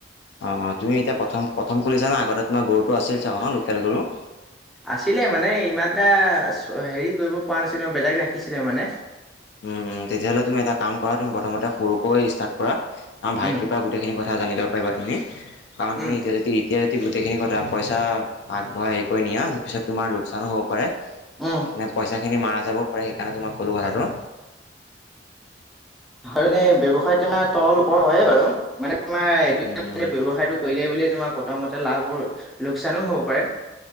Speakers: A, on the left; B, in the centre.
A: অ' অ' তুমি এতিয়া প্ৰথম প্ৰথম খুলিছানে আগতে তোমাৰ গৰুটো আছিল চাগে ন লোকেল গৰু?
B: আছিলে মানে ইমান এটা হেৰি কৰিব পৰা নাছিলে মই বেলেগ ৰাখিছিলে মানে।
A: উম তেতিয়াহ'লে তুমি এটা কাম কৰা তুমি প্ৰথমতে সৰুকৈ ষ্টাৰ্ট কৰা ভাইটিৰ
B: উম
A: পৰা গোটেইখিনি কথা কথা জানিব লিব পাৰিবা তুমি কাৰণ
B: উম
A: তুমি এতিয়া যদি এতিয়া যদি গোটেইখিনি কথা পইচা আগবঢ়াই নিয়া পিছত তোমাৰ লোকচানো হ'ব পাৰে।
B: উম
A: পইচা খিনি মাৰা যাব সেই কাৰণে তোমাক কলো কথাটো।
B: কাৰণে ব্যৱসায় তোমাৰ তল ওপক হয়ে বাৰু মানে তোমাৰ এইটো
A: উম
B: ব্যৱসায়টো কৰিলেই বুলি তোমাৰ প্ৰথমতে লাভৰ লোকচানো হ'ব পাৰে।